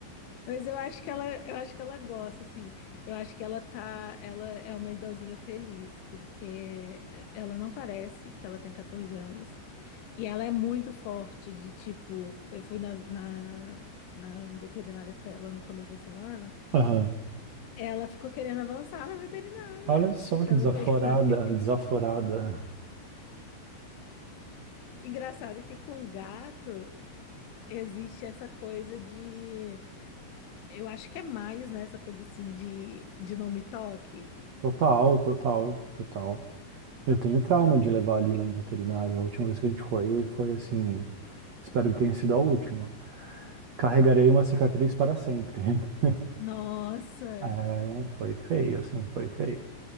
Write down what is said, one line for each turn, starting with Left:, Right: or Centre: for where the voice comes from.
Left: Mas eu acho que ela, eu acho que ela gosta, assim. Eu acho que ela tá, ela é uma idosinha feliz, porque eh, ela não parece que ela tem 14 anos. E ela é muito forte de tipo, eu fui na, na, na veterinária com ela no começo da semana.
Right: Aham.
Left: Ela ficou querendo avançar na veterinária,
Right: Olha só
Left: porque
Right: que
Left: a
Right: desaforada,
Left: veterinária <laughs> queria.
Right: desaforada.
Left: Engraçado que com gato existe essa coisa de, eu acho que é mais, né, essa coisa assim de, de não me toque.
Right: Total, total, total. Eu tenho trauma de levar a Lila no veterinário. A última vez que a gente foi, foi assim. Espero que tenha sido a última. Carregarei uma cicatriz para sempre. <laughs>
Left: Nossa,
Right: É, foi feio, assim, foi feio.